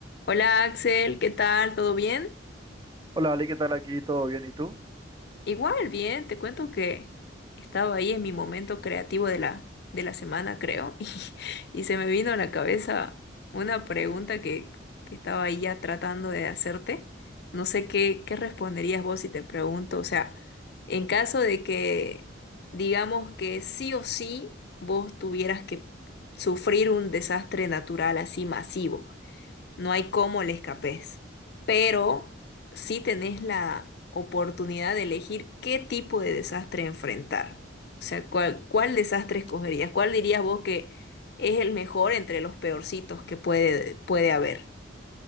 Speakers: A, on the left (about 55°); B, on the right (about 20°).
A: Hola Axel, ¿qué tal? ¿Todo bien?
B: Hola, Ale, ¿qué tal aquí? ¿Todo bien? ¿Y tú?
A: Igual, bien, te cuento que estaba ahí en mi momento creativo de la, de la semana, creo, <laughs> y, y se me vino a la cabeza una pregunta que, que estaba ahí ya tratando de hacerte. No sé qué, qué responderías vos si te pregunto, o sea, en caso de que digamos que sí o sí vos tuvieras que sufrir un desastre natural así masivo. no hay cómo le escapes, pero sí tenés la oportunidad de elegir qué tipo de desastre enfrentar. O sea, cuál, cuál desastre escogerías, cuál dirías vos que es el mejor entre los peorcitos que puede, puede haber.